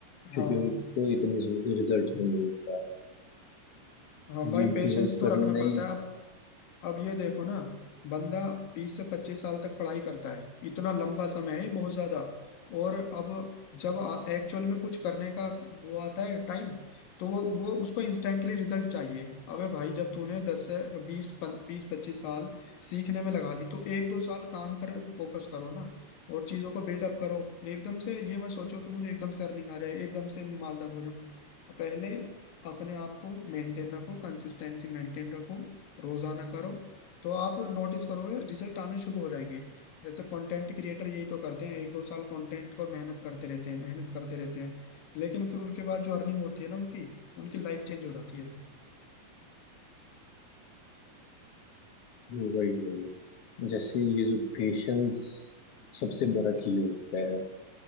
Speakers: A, on the left (about 55°); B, on the left (about 85°).
A: क्योंकि
B: हाँ
A: उनको इतनी जल्दी रिजल्ट नहीं मिलता
B: हाँ भाई
A: ये
B: पेशेंस
A: गिव अप
B: तो
A: करना
B: रखना पड़ता
A: ही
B: है अब अब ये देखो ना बंदा बीस से पच्चीस साल तक पढ़ाई करता है इतना लंबा समय है ये बहुत ज्यादा और अब जब एक्चुअल में कुछ करने का वो आता है टाइम तो वो वो उसको इंस्टेंटली रिजल्ट चाहिए अबे भाई जब तूने दस से बीस बीस पच्चीस साल सीखने में लगा दी तो एक दो साल काम पर फोकस करो ना और चीजों को बिल्डअप करो एकदम से ये मत सोचो कि मुझे एकदम से अर्निंग आ रहा है एकदम से मालदार हो जाऊं पहले अपने आप को मेंटेन रखो कंसिस्टेंसी मेंटेन रखो रोजाना करो तो आप नोटिस करोगे रिजल्ट आने शुरू हो जाएंगे जैसे कंटेंट क्रिएटर यही तो करते हैं एक दो साल कंटेंट पर मेहनत करते रहते हैं मेहनत करते रहते हैं लेकिन फिर उनके बाद जो अर्निंग होती है ना उनकी उनकी लाइफ चेंज हो जाती है
A: वही वही जैसे ये जो पेशेंस सबसे बड़ा की होता है